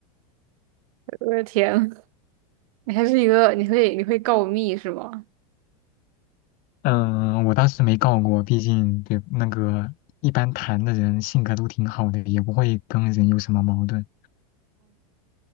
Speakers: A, on the right; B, on the left.
A: <laughs> 我的天，你还是一个，你会你会告密是吗？
B: 嗯，呃我当时没告过，毕竟对那个一般谈的人性格都挺好的，也不会跟人有什么矛盾。